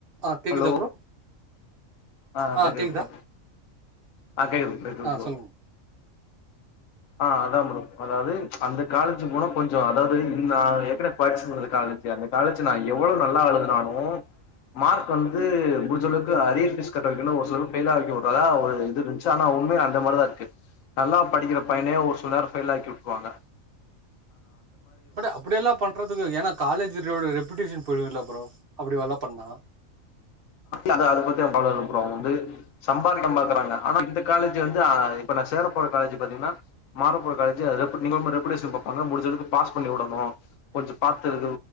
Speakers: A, on the right (about 50°); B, on the left (about 75°).
A: ஆ கேக்குதா
B: hello
A: bro
B: ஆஹ்
A: ஆ
B: கேட்குது
A: கேக்குதா
B: புரோ ஆஹ் கேட்குது
A: ஆ
B: ப்ரோ
A: சொல்லுங்க
B: ஆஹ் அதான் புரோ அதாவது அந்த காலேஜ் போனா கொஞ்சம் அதாவது என்னா ஏற்கனவே படிச்சி வந்த காலேஜ் அந்த காலேஜ் நான் எவ்வளோ நல்லா எழுதுனாலும் மார்க் வந்து முடிஞ்சளவுக்கு அரிய பிஸ் க ஒரு சிலரு பெயிலாக்கி உட்டதா ஒரு இருந்து இருந்துச்சி ஆனா உண்மையா அந்த மாரி தான் இருக்கு நல்லா படிக்கிற பையனயே ஒரு சில நேரம் ஃபெயில் ஆக்கி வுட்ருவாங்க
A: பட் அப்படியெல்லாம் பண்றதுக்கு ஏன்னா காலேஜ்ரோடு ரெபுடேஷன் போயிரும்இல்ல அப்புறம் அப்படி வேணா பண்ணா
B: அத பத்திஅப்புறம் வந்து சம்பாத்தம் பாக்குறாங்க ஆனா இந்த காலேஜ் வந்து இப்ப நான் சேர போற காலேஜ் பாத்தீங்கன்னா மாறப்போற காலேஜி ரெபுட்டேஷன் பாப்பாங்க முடிஞ்சதுக்கு பாஸ் பண்ணி விடணும் கொஞ்ச பாத்து எழுது